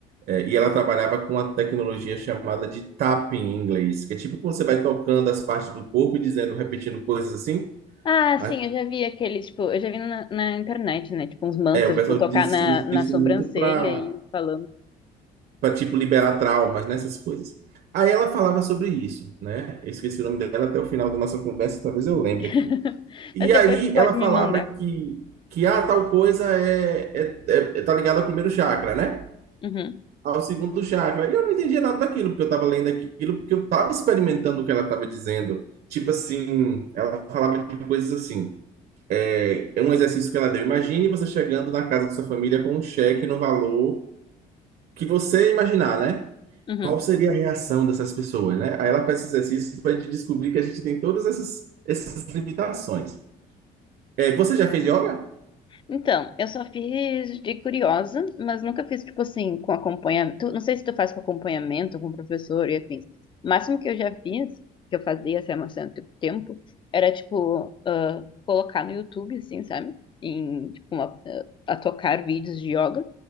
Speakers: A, on the right (about 65°); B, on the left (about 30°).
A: É, e ela trabalhava com a tecnologia chamada de tapping em inglês, que é tipo quando você vai tocando as partes do corpo e dizendo, repetindo coisas assim.
B: Ah,
A: A-
B: sim, eu já vi aqueles, tipo, eu já vi na, na internet, né? Tipo, uns mantras,
A: É, o pessoal
B: tipo, tocar
A: diz,
B: na,
A: usa
B: na
A: isso
B: sobrancelha
A: muito para
B: e falando.
A: para tipo liberar traumas, nessas coisas. Aí ela falava sobre isso, né? Eu esqueci o nome dela até o final da nossa conversa, talvez eu lembre
B: <laughs>
A: aqui. E
B: Mas depois
A: aí
B: tu pode
A: ela falava
B: me mandar.
A: que que ah, tal coisa é, é, é- é, tá ligado ao primeiro chakra, né?
B: Uhum,
A: Ao segundo chakra. E eu não entendia nada daquilo, porque eu estava lendo aquilo, porque eu estava experimentando o que ela estava dizendo. Tipo assim, ela falava de coisas assim. É, é um exercício que ela deu. Imagine você chegando na casa de sua família com um cheque no valor que você imaginar, né?
B: uhum.
A: Qual seria a reação dessas pessoas, né? Aí ela faz esse exercício para a gente descobrir que a gente tem todas essas, essas limitações. É, você já fez yoga?
B: Então, eu só fiz de curiosa, mas nunca fiz, tipo assim, com acompanhamento. Não sei se tu faz com acompanhamento, com professor e afins. O máximo que eu já fiz, que eu fazia, assim, há um certo tempo, era, tipo, ah, colocar no YouTube, assim, sabe? Em, tipo, uma- ah, a tocar vídeos de yoga,